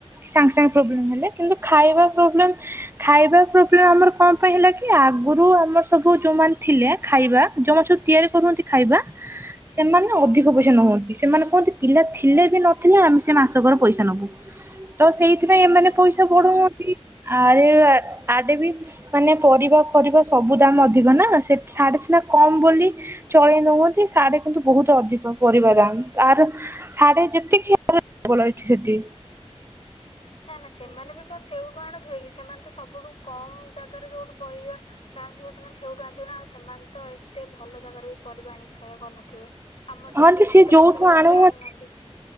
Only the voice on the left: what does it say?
ହୁଁ
ହଁ
ଓହୋ।
ନା ନା ସେମାନେ ବି କଣ ସେଇଠୁ ଆଣୁଥିବେ କି ସେମାନେ ତ ସବୁଠୁ କମ ଜାଗାରେ ଯୋଉଠୁ ପରିବା ଦାମ୍ ଥିବ ସେମାନେ ସେଉଠୁ ଆଣିଥିବେ ନା ଆଉ ସେମାନେ ତ ଏତେ ଭଲ ଜାଗାରୁ ବି ପରିବା ଆଣି ଖାଇବା କରିନଥିବେ ଆମର ଯେମିତି
ଏତେ
ଭଲ ଜାଗାରୁ
ବି ଆଣୁନାହାନ୍ତି।